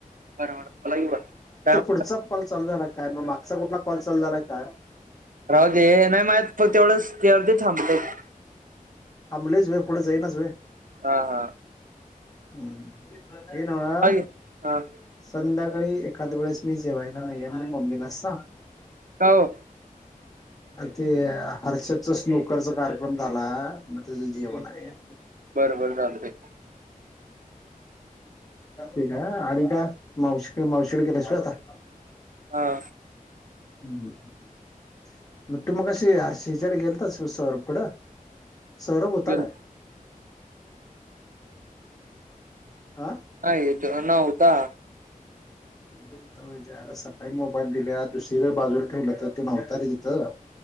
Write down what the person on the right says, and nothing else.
<unintelligible>
राहूदे हे नाही माहित पण तेवढंच तुझ्यावर ते थांबलेत.
हा हा.
का की हा
का ओ.
बरं बरं चालतंय.
हा.
गेल
आय तो नव्हता.